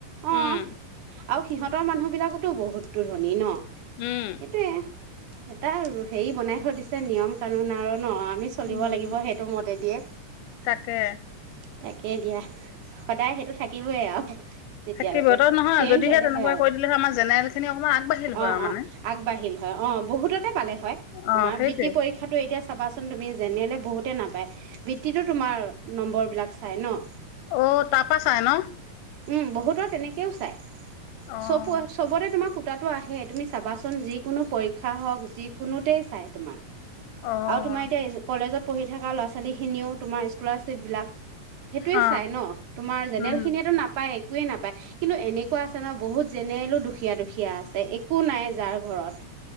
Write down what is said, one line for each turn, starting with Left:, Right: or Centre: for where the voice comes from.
Right: অ'।
Left: উম
Right: আৰু সিহঁতৰ মানুহ বিলাকোটো বহুতটো ধনী ন'।
Left: উম
Right: এটোৱে। এটা হেৰি বনাই থৈ দিছে নিয়ম কানুন আৰু ন' আ আমি চলিব
Left: উম
Right: লাগিব সেইটো মতে দিয়ে।
Left: তাকে।
Right: তাকেই দিয়া সদায় সেইটো থাকিবই আৰু। যেতিয়ালৈকে
Left: থাকিব ত' নহয়
Right: চেঞ্জ
Left: যদিহে
Right: হলেহে
Left: তেনেকুৱা কৰি দিলেহ আমাৰ জেনেৰেল খিনি অকনমান আগবাঢ়িল হয়
Right: অ',
Left: আৰু
Right: অ',
Left: মানে
Right: আগবাঢ়িল হয় অ', বহুততে পালে হয়,
Left: অ
Right: তোমাৰ
Left: সেইটোৱে
Right: বৃত্তি পৰীক্ষাটো এতিয়া চাবাচোন তুমি যেনেলে বহুতে নাপায় বৃত্তিতো তোমাৰ নম্বৰ বিলাক চাই ন'।
Left: অ', তাপা চাই ন'?
Right: উম, বহুতৰ তেনেকেও চাই।
Left: অ'
Right: চব চবতে তোমাক কুতাতটো আহেত তুমি চাবাচোন যি কোনো পৰীক্ষা হওঁক যি কোনোতেই চাই তোমাৰ।
Left: অ'
Right: আৰু তোমাৰ এতিয়া এজ কলেজত পঢ়ি থকা ল'ৰা-ছোৱালীখিনিও তোমাৰ স্কলাৰশ্বিপবিলাক সেইটোয়ে
Left: অ'
Right: চাই ন তোমাৰ জেনেৰেল
Left: উম।
Right: খিনিয়েতটো নাপায়। একোৱে নাপায়, কিন্তু এনেকুৱা আছে নহয় বহুত জেনেৰেলো দুখী দুুখীয়া দুখীয়া আছে এক একো নাই যাৰ ঘৰত।